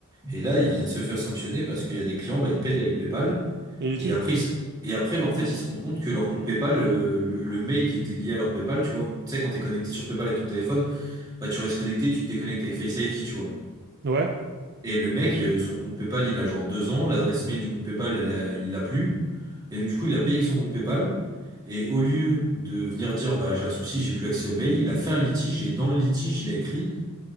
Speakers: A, on the right; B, on the right.
A: Et là, il vient de se faire sanctionner parce qu'il y a des clients, bah, ils payent avec PayPal.
B: Et l'étude?
A: Et après, ils se- et après, bah, en fait, ils se rendent compte que leur compte PayPal, euh, le, le mail qui était lié à leur PayPal, tu vois, tu sais, quand t'es connecté sur PayPal avec ton téléphone, bah, tu restes connecté, tu te déconnectes avec Face ID, tu vois.
B: Ouais.
A: Et le mec, euh, son compte PayPal, il a genre deux ans, l'adresse mail du compte PayPal, elle a- il l'a plus. Et donc, du coup, il a payé avec son compte PayPal. Et au lieu de venir dire, bah, j'ai un souci, j'ai plus accès au mail, il a fait un litige, et dans le litige, il a écrit,